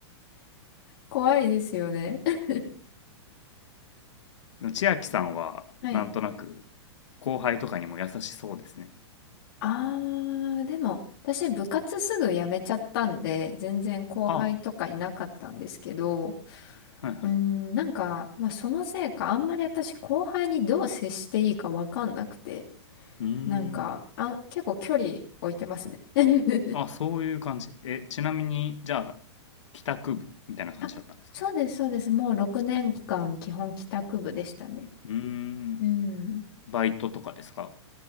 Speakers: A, on the left; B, on the left.
A: 怖いですよね。<laughs>
B: でも千秋さんは、
A: はい。
B: なんとなく、後輩とかにも優しそうですね。
A: あー、でも、私部活すぐ辞めちゃったんで、全然後輩とかいなかったんですけど、
B: ああ、はいはい。
A: うーん、なんか、まあ、そのせいか、あんまり私後輩にどう接していいかわかんなくて、
B: うーん。
A: なんか、あ、結構距離置いてますね。<laughs>
B: あ、そういう感じ。え、ちなみに、じゃあ、帰宅部みたいな感じだったんですか
A: あ、そうです、そうです。もう6年間基本帰宅部でしたね。
B: うーん。
A: うん。
B: バイトとかですか